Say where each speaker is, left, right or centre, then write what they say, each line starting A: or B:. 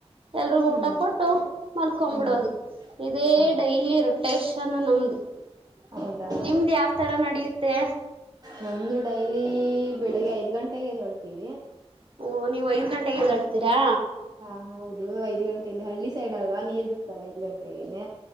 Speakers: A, on the right; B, on the right.
A: ಎಲ್ರುಗ
B: ಹ್ಮ್
A: ಊಟ ಕೊಟ್ಟು ಮಲ್ಕೊ್
B: ಹ್ಮ್
A: ಬಿಿಡೋದು ಇದೇ
B: ಹ
A: ಡೈಲಿ ರೊಟೇಶನ್ ನಮ್ದು
B: ಹೌದಾ
A: ನಿಮ್ದ್ ಯಾವ್ ತರ ನಡೆಯುತ್ತೆ
B: ನಮ್ದು ಡೈಲಿ ಬೆಳಿಗ್ಗೆ ಐದ್ ಗಂಟೆಗೆ ಎದಳ್ತೀವಿ
A: ಓ ನೀವು ಐದ್ ಗಂಟೆಗೆ ಅಳ್ತೀರಾ
B: ಹಾ ಹೌದು ಐದ್ ಗಂಟೆಯಲ್ಲಿ ಹಳ್ಳಿ ಸೈಡ್ ಅಲ್ವಾ ನೀರ್ ಬಿಡ್ತಾರಾ ಐದ್ ಗಂಟೆಗೆನೆ